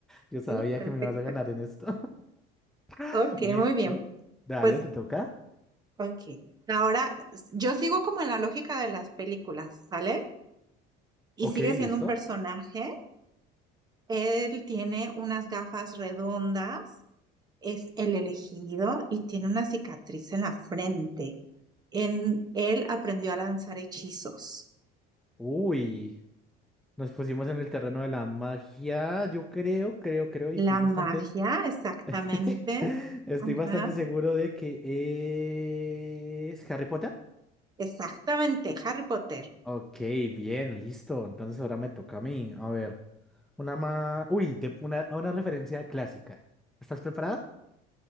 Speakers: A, in the centre; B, on the right (about 20°).
A: Yo sabía
B: Sí, perfecto.
A: que me ibas a ganar en esto. <laughs>
B: Ok,
A: Listo.
B: muy bien.
A: Dale,
B: Pues,
A: ¿te toca?
B: ok. Ahora, s- yo sigo como en la lógica de las películas, ¿sale? Y
A: Ok,
B: sigue siendo
A: listo.
B: un personaje. Él tiene unas gafas redondas, es el elegido y tiene una cicatriz en la frente. En él aprendió a lanzar hechizos.
A: Uy, nos pusimos en el terreno de la magia. Yo creo, creo, creo, y
B: La
A: estoy bastante,
B: magia, exactamente.
A: <laughs> estoy
B: Ajá,
A: bastante seguro de que es Harry Potter.
B: exactamente, Harry Potter.
A: Ok, bien, listo. Entonces ahora me toca a mí. A ver, una más... Uy, de- una, una referencia clásica. ¿Estás preparada?